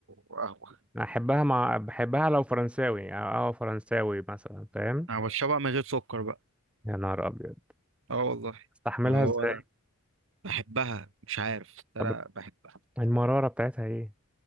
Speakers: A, on the right; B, in the centre.
A: قهوه
B: أنا احبها مع بحبها لو فرنساوي يعني اه فرنساوي مثلا فاهم
A: أنا بشربها من غير سكر بقى
B: يا نهار ابيض
A: اه والله
B: استحملها
A: هو
B: ازاي
A: بحبها مش عارف بس أنا
B: طب
A: بحبها
B: المراره بتاعتها ايه